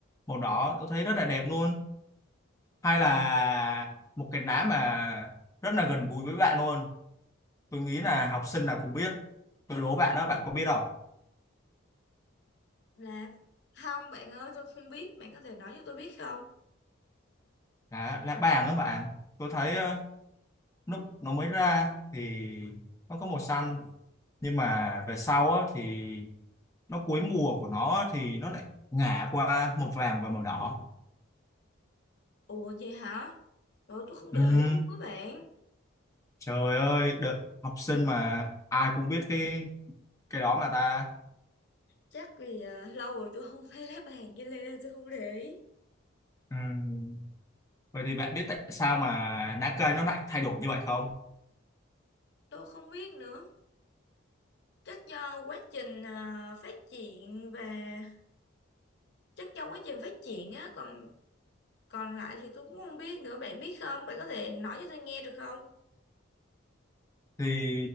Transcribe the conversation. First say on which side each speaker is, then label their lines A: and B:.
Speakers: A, on the left; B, on the left.
A: màu đỏ tôi thấy rất là đẹp luôn hay là một cái lá mà rất là gần gũi với bạn luôn tôi nghĩ là học sinh nào cũng biết tôi đố bạn đó bạn có biết không
B: là không bạn ơi tôi không biết bạn có thể nói cho tôi biết không
A: lá lá bàng đó bạn tôi thấy ờ, lúc nó mới ra thì nó có màu xanh nhưng mà về sau á, thì nó cuối mùa của nó á, thì nó lại ngả qua màu vàng và màu đỏ
B: ủa vậy hả Ủa tôi không
A: Ừm,
B: để ý luôn các bạn
A: trời ơi đợt học sinh mà ai cũng biết cái cái đó mà ta
B: chắc vì à, lâu rồi tôi không thấy lá bàn với lê tôi không để ý
A: Ừm, vậy thì bạn biết tại sao mà lá cây nó lại thay đổi như vậy không
B: tôi không biết nữa chắc do quá trình à, phát triển và chắc do quá trình phát triển á còn còn lại thì tôi cũng không biết nữa bạn biết không bạn có thể nói cho tôi nghe được không
A: thì